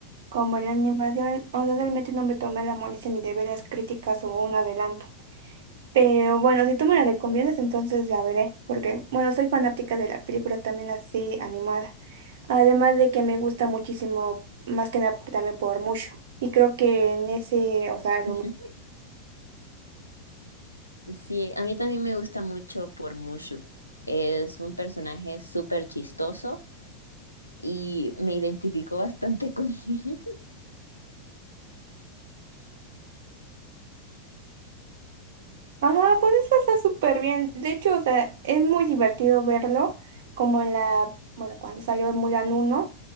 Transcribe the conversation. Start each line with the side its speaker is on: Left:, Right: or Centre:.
Right: como en la animación, o sea, realmente no me tomé la molestia ni de ver las críticas o un adelanto. Pero bueno, si tú me la recomiendas, entonces la veré, porque bueno, soy fanática de la película también así animada. Además de que me gusta muchísimo, más que nada también por mucho. Y creo que en ese, o sea, lo
Left: Ujú. Sí, a mí también me gusta mucho por Mushu. Es un personaje súper chistoso y me identifico bastante con él.
Right: Ajá, pues eso está súper bien. De hecho, o sea, es muy divertido verlo, como en la, bueno, cuando salió Mulan uno